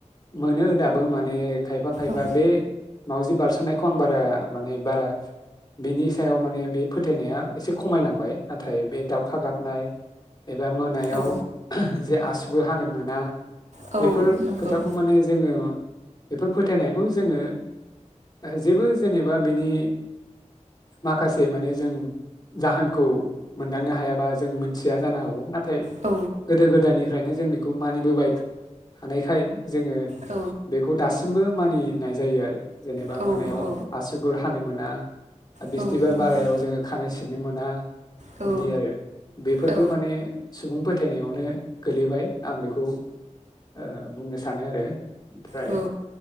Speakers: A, on the left; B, on the right.
A: मोनो दाबो माने खायफा खायफा
B: औ
A: बे मावजि बारस'नायखौ आं बारा माने बारा बिनि सायाव माने बे फोथायनाया एसे खमायलांबाय नाथाय बे अखा गाबनाय एबा मोनायाव
B: औ
A: जे आसुगुरहानो मोना।
B: औ
A: बेफोर
B: नंगौ
A: खोथाखौ माने जोङो ओ बेफोर फोथायनायखौ जोंङो ओ जेबो जेनेबा बिनि माखासे माने जों जाहोनखौ मोनदांनो हाया। बा जों मोनथिया जानो हागौ ना थाय
B: औ
A: गोदो गोदायनिफ्रायनो जों बि खौ मानिबोबाय थानायखाय जोङो
B: औ
A: बेखौ दास सिमबो मानि नाय जायो आरो। जेनेबा
B: औ
A: मोनायाव
B: औ
A: आसुगुर हानो मोन ना बिस्थिबार
B: औ नंगौ
A: बारायाव जोङो खानाय सिननो मोन ना
B: औ
A: बिदि आरो बेफोरबो
B: औ
A: माने सुबुं फोथायनायावनो गोलैबाय। आं बेखौ ओ बुंनो सानो आरो। ओमफ्राय
B: औ